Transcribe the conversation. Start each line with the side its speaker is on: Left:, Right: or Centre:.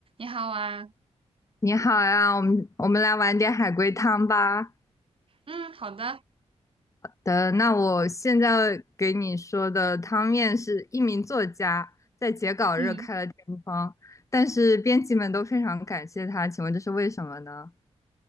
Right: 你好啊，
Left: 你好呀，我们我们来玩点海龟汤吧。
Right: 嗯，好的，
Left: 的，那我现在给你说的汤面是一名作家在截稿日开了天窗，
Right: 嗯
Left: 但是编辑们都非常感谢他，请问这是为什么呢？